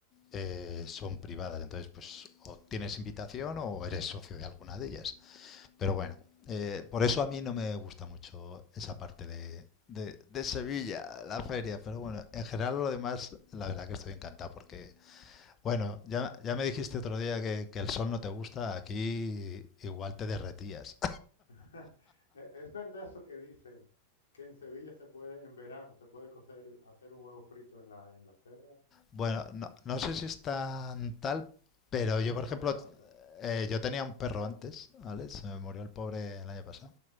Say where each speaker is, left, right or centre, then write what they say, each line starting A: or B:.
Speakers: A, on the left (about 25°); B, on the left (about 65°).
A: eh, son privadas, entonces pues o tienes invitación o eres socio de alguna de ellas. Pero bueno, eh, por eso a mí no me gusta mucho esa parte de, de, de Sevilla, la feria. Pero bueno, en general lo demás, la verdad que estoy encantado porque, bueno, ya, ya me dijiste otro día que, que el sol no te gusta, aquí igual te derretías.
B: <laughs> E- Es verdad eso que dicen, que en Sevilla se puede, en verano, se puede cocer, hacer un huevo frito en la, en la acera.
A: Bueno, no, no sé si es tan tal, pero
B: Es
A: yo, por
B: exagerado,
A: ejemplo,
B: claro.
A: eh, yo tenía un perro antes, ¿vale? Se me murió el pobre el año pasado.